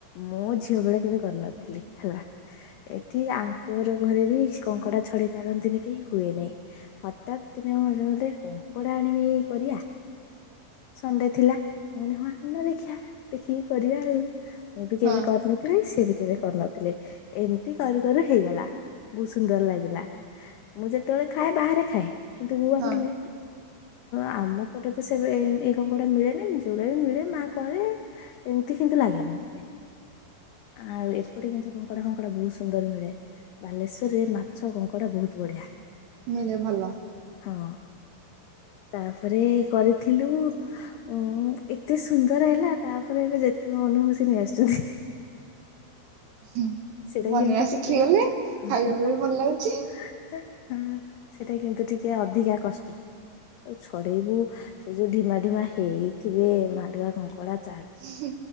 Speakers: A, on the left; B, on the right.
A: ମୁଁ ଝିଅ ବେଳେ କେବେ କରିନଥିଲି ହେଲା। ଏଠି ଆଙ୍କର ଘରେ ବି କଙ୍କଡା ଛଡେଇ ପାରନ୍ତିନି କେହି ହୁଏନି। ହଠାତ୍ ଦିନେ ମୋ <unintelligible> କଙ୍କଡା ଆଣିମି କରିଆ ସଣ୍ଡେ ଥିଲା ମୁଁ କହିନି ଆଣୁନ ଦେଖିଆ ଦେଖିକି କରିବା ଆଉ ମୁଁ ବି କେବେ
B: ହଁ
A: କରି ନ ଥିଲି ସିଏ ବି କେବେ କରିନଥିଲେ ଏମତି କରୁ କରୁ ହେଇଗଲା ବୋହୁତ ସୁନ୍ଦର ଲାଗିଲା। ମୁଁ ଯେତେବେଳେ ଖାଏ ବାହାରେ ଖାଏ। କିନ୍ତୁ ଆମ୍
B: ହଁ
A: ଉଁ ଆମ ପଟେ ତ ସେବେ ଏନ୍ତି ହୁ କଙ୍କଡା ମିଳେନି ଯୋଉରା ବି ମିଳେ ମା କରେ ଏମତି କିନ୍ତୁ ଲାଗେନି ମତେ। ଆଉ ଏପଟେ କିନ୍ତୁ କଙ୍କଡା ଫଙ୍କଡା ବୋହୁତ ସୁନ୍ଦର ମିଳେ। ବାଲେଶ୍ୱରରେ ମାଛ କଙ୍କଡା ବୋହୁତ ବଢିଆ।
B: ମିଳେ ଭଲ।
A: ହଁ ତାପରେ କରିଥିଲୁ। ଉଁ ଏତେ ସୁନ୍ଦର ହେଲା ତାପରେ ଏବେ ଯେତେବେଳେ ମନହଉଚି ନେଇ ଆସୁଚନ୍ତି।
B: <inaudible>
A: ସେଟାବି
B: ବନେଇବା
A: ଏମିତି ଟିକେ
B: ଶିଖିଗଲେ
A: ହ
B: ଖାଇବାକୁ
A: ହ
B: ବି
A: ହ
B: ଭଲ ଲାଗୁଛି
A: ହଁ। ସେଇଟା କିନ୍ତୁ ଟିକେ ଅଧିକା କଷ୍ଟ ଆଉ ଛଡେଇବୁ ସେଯୋଉ ଢିମା ଡିମା ହେଇଥିବେ ମାଡ଼ୁଆ କଙ୍କଡ଼ା
B: ହୁଁ